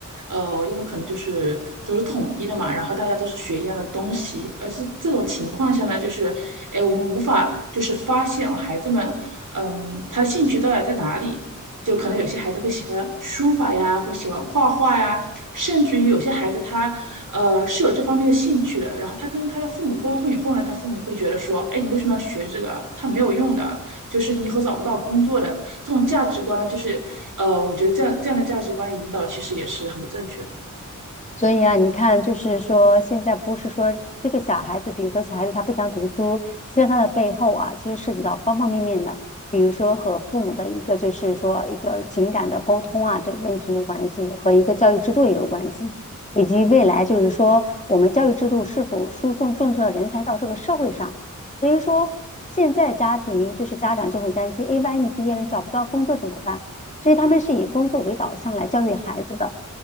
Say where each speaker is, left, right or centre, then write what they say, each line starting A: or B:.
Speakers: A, on the right; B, on the left.
A: 呃，因为可能就是都是统一的嘛，然后大家都是学一样的东西，而是这种情况下呢，就是，哎，我们无法就是发现哦孩子们，嗯，他的兴趣到底在哪里？就可能有些孩子会喜欢书法呀，会喜欢画画呀，甚至于有些孩子他呃是有这方面的兴趣的，然后他跟他的父母沟通以后呢，他父母会觉得说，哎，你为什么要学这个？他没有用的，就是你以后找不到工作的。这种价值观呢，就是呃，我觉得这样这样的价值观的引导其实也是很不正确的。
B: 所以啊，你看，就是说，现在不是说这个小孩子，比如说小孩子他不想读书，其实他的背后啊，其实涉及到方方面面的，比如说和父母的一个就是说一个情感的沟通啊，这个问题有关系，和一个教育制度也有关系，以及未来就是说我们教育制度是否输送正确的人才到这个社会上。所以说，现在家庭就是家长就很担心，诶，万一你毕业了你找不到工作怎么办？所以他们是以工作为导向来教育孩子的。